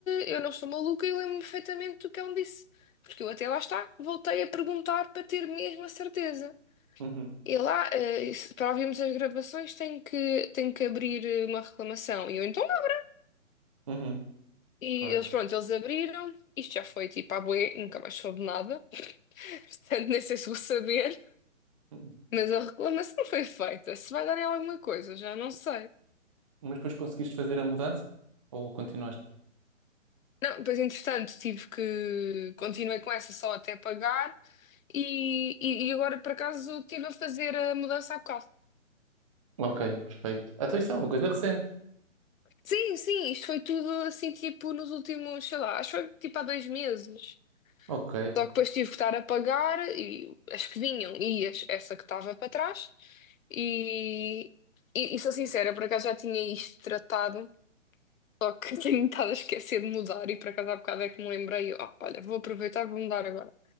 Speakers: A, on the left; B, on the right.
A: eu não estou maluca e eu lembro-me perfeitamente do que ela me disse. Porque eu até lá está, voltei a perguntar para ter mesmo a certeza.
B: uhum,
A: E lá, eh, se- para ouvirmos as gravações, tenho que, tenho que abrir eh, uma reclamação. E eu então, não.
B: uhum.
A: e
B: Claro.
A: eles, pronto, eles abriram. Isto já foi tipo à bué, nunca mais soube nada. <laughs> Portanto, nem sei se vou saber.
B: Uhum.
A: Mas a reclamação foi feita. Se vai dar em alguma coisa, já não sei.
B: Mas depois conseguiste fazer a mudança? Ou continuaste?
A: Não, pois entretanto, tive que. Continuei com essa só até pagar. E, e, e agora, por acaso, estive a fazer a mudança há bocado.
B: Ok, perfeito. Então isso é uma coisa recente.
A: Sim, sim, isto foi tudo assim, tipo, nos últimos, sei lá, acho que foi tipo há dois meses.
B: Ok.
A: Só que depois tive que estar a pagar e as que vinham e as- essa que estava para trás. E, e, e sou sincera, por acaso já tinha isto tratado, só que <laughs> tenho estado a esquecer de mudar e por acaso há bocado é que me lembrei, ó, olha, vou aproveitar, e vou mudar agora.